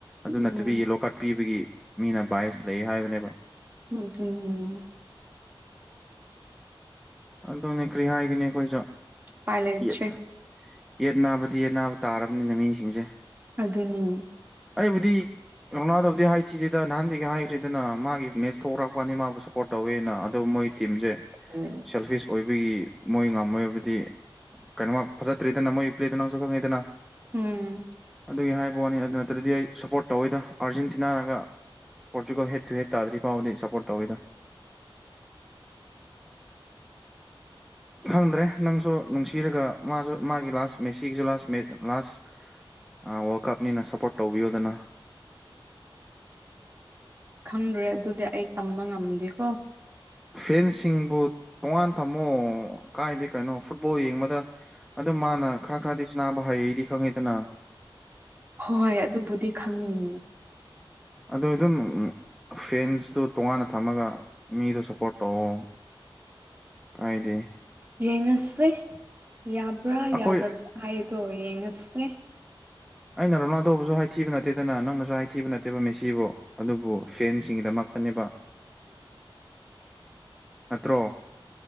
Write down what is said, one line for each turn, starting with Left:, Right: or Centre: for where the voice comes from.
Right: ꯎꯝ
Centre: ꯑꯗꯨ ꯅꯠꯇꯕꯤ ꯌꯦꯂꯣ ꯀꯥꯔꯠ ꯄꯤꯕꯒꯤ ꯃꯤꯅ ꯚꯥꯏꯁ ꯂꯩ ꯍꯥꯏꯕꯅꯦꯕ
Right: ꯑꯗꯨꯕꯨꯕ
Centre: ꯑꯗꯨꯅꯦ ꯀꯔꯤ ꯍꯥꯏꯒꯅꯤ ꯑꯩꯈꯣꯏꯁꯨ
Right: ꯎꯄꯥꯏ ꯂꯩꯇ꯭ꯔꯦ
Centre: ꯌꯦꯡ ꯌꯦꯠ ꯅꯥꯕꯗꯤ ꯌꯦꯠ ꯅꯥꯕ ꯇꯥꯔꯕꯅꯤꯅ ꯃꯤꯁꯤꯡꯁꯦ
Right: ꯑꯗꯨꯅꯤꯅꯦ
Centre: ꯑꯩꯕꯨꯗꯤ ꯔꯣꯅꯥꯜꯗꯣꯗꯤ ꯍꯥꯏꯊꯤꯗꯦꯗ ꯅꯍꯥꯟꯗꯒꯤ ꯍꯥꯏꯗ꯭ꯔꯤꯗꯅ ꯃꯥꯒꯤ ꯃꯦꯠꯁ ꯊꯣꯛꯛꯄꯅꯤ ꯃꯥꯕꯨ ꯁꯞꯄꯣꯔꯠ ꯇꯧꯋꯦꯅ ꯑꯗꯣ ꯃꯣꯏ ꯇꯤꯝꯁꯦ
Right: ꯎꯝ
Centre: ꯁꯦꯜꯐꯤꯁ ꯑꯣꯏꯕꯒꯤ ꯃꯣꯏ ꯉꯝꯃꯣꯏꯔꯕꯗꯤ ꯀꯩꯅꯣꯃ ꯐꯖꯠꯇ꯭ꯔꯦꯗꯅ ꯃꯣꯏ ꯄ꯭ꯂꯦꯗꯣ ꯅꯪꯁꯨ ꯈꯪꯉꯤꯗꯅ
Right: ꯎꯝ
Centre: ꯑꯗꯨꯒꯤ ꯍꯥꯏꯕ ꯋꯥꯅꯤ ꯑꯗꯨ ꯅꯠꯇ꯭ꯔꯗꯤ ꯑꯩ ꯁꯞꯄꯣꯔꯠ ꯇꯧꯋꯤꯗ ꯑꯥꯔꯖꯦꯟꯇꯤꯅꯥꯅꯒ ꯄꯣꯔꯆꯨꯒꯜ ꯍꯦꯠꯇꯨ ꯍꯠ ꯇꯗ꯭ꯔꯤ ꯐꯥꯎꯗꯤ ꯁꯞꯄꯣꯔꯠ ꯇꯧꯋꯤꯗ ꯈꯪꯗ꯭ꯔꯦ ꯅꯪꯁꯨ ꯅꯨꯡꯁꯤꯔꯒ ꯃꯥꯁꯨ ꯃꯥꯒꯤ ꯂꯥꯁ ꯃꯦꯁꯤꯒꯤꯁꯨ ꯂꯥꯁ ꯃꯦ ꯂꯥꯁ ꯋꯥꯔꯜ ꯀꯞꯅꯤꯅ ꯁꯞꯄꯣꯔꯠ ꯇꯧꯕꯤꯌꯣꯗꯅ
Right: ꯈꯪꯗ꯭ꯔꯦ ꯑꯗꯨꯗꯤ ꯑꯩ ꯇꯝꯕ ꯉꯝꯗꯦꯀꯣ
Centre: ꯐꯦꯟꯁꯤꯡꯕꯨ ꯇꯣꯉꯥꯟ ꯊꯝꯃꯣ ꯀꯥꯏꯗꯤ ꯀꯩꯅꯣ ꯐꯨꯠꯕꯣꯜ ꯌꯦꯡꯕꯗ ꯑꯗꯨ ꯃꯥꯅ ꯈꯔ ꯈꯔꯗꯤ ꯁꯅꯥꯕ ꯍꯩꯗꯤ ꯈꯪꯉꯤꯗꯅ
Right: ꯍꯣꯏ ꯑꯗꯨꯕꯨꯗꯤ ꯈꯪꯉꯦ
Centre: ꯑꯣ ꯑꯗꯨꯝ ꯎꯝ ꯐꯦꯟꯁꯇꯨ ꯇꯣꯉꯥꯟꯅ ꯊꯝꯃꯒ ꯃꯤꯗꯨ ꯁꯞꯄꯣꯔꯠ ꯇꯧꯑꯣ ꯀꯥꯏꯗꯦ
Right: ꯌꯦꯡꯉꯁꯦ ꯌꯥꯕ꯭ꯔꯥ
Centre: ꯑꯩꯈꯣꯏ
Right: ꯌꯥꯗꯕ꯭ꯔꯥ ꯍꯥꯏꯗꯣ ꯌꯦꯡꯉꯁꯦ
Centre: ꯑꯩꯅ ꯔꯣꯂꯥꯜꯗꯣꯕꯨꯁꯨ ꯍꯥꯏꯊꯤꯕ ꯅꯠꯇꯦꯗꯅ ꯅꯪꯅꯁꯨ ꯍꯥꯏꯊꯤꯕ ꯅꯠꯇꯦꯕ ꯃꯦꯁꯤꯕꯨ ꯑꯗꯨꯕꯨ ꯐꯦꯟꯁꯤꯡꯒꯤꯗꯃꯛꯇꯅꯦꯕ ꯅꯠꯇ꯭ꯔꯣ